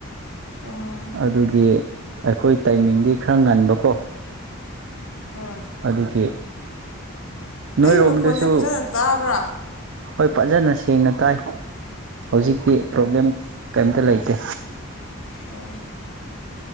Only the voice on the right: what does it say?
ꯑꯗꯨꯒꯤ ꯑꯩꯈꯣꯏ ꯇꯥꯏꯃꯤꯡꯗꯤ ꯈꯔ ꯉꯟꯕꯀꯣ
ꯑꯗꯨꯒꯤ ꯅꯣꯏꯔꯣꯝꯗꯁꯨ
ꯍꯣꯏ ꯐꯖꯟꯅꯁꯤ ꯁꯦꯡꯅ ꯇꯥꯏ ꯍꯧꯖꯤꯛꯇꯤ ꯄ꯭ꯔꯣꯕ꯭ꯂꯦꯝ ꯀꯔꯤꯝꯇ ꯂꯩꯇꯦ